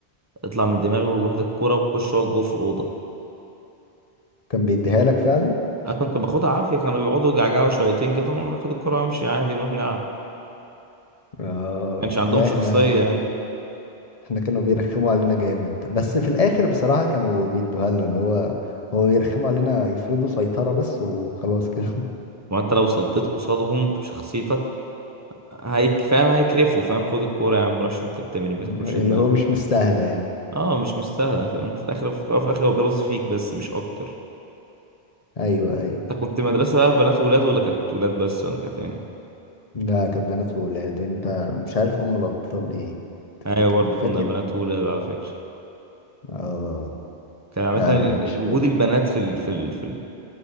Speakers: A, on the right (about 20°); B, on the left (about 40°).
A: اطلع من دماغي وهات الكورة وخش اقعد جوه في الأوضة
B: كان بيديها لك فعلا
A: أنا كنت باخدها عافية كانوا بيقعدوا يجعجعوا شويتين كده وأنا آخد الكورة وأمشي عادي ونروح نلعب
B: اه
A: كانش عندهم
B: لا
A: شخصية
B: احنا
A: يعني
B: احنا كانوا بيرخموا علينا جامد بس في الاخر بصراحة كانوا بيدوها لنا اللي هو هو بيرخموا علينا يفرضوا سيطرة بس وخلاص كده
A: وأنت لو صديت قصادهم بشخصيتك هيك فاهم هيكرفوا فاهم خد الكورة يا عم روح شوف أنت بتعمل إيه ما
B: <laughs>
A: تاكلش دماغك
B: اللي هو مش مستاهلة يعني
A: اه مش مستاهلة فاهم في الآخر في الآخر هو بيرز فيك بس مش أكتر
B: ايوه ايوه
A: انت كنت مدرسة بنات وولاد ولا كانت ولاد بس ولا كانت ايه
B: لا كانت بنات وولاد انت مش عارف ام الابطال ايه تفتكر
A: ايوه برضه
B: فاكر
A: كنا بنات وولاد على فكرة
B: اه
A: كان عامة
B: لا
A: ال-
B: انا مش فاكر
A: وجود البنات في ال... في ال... في ال...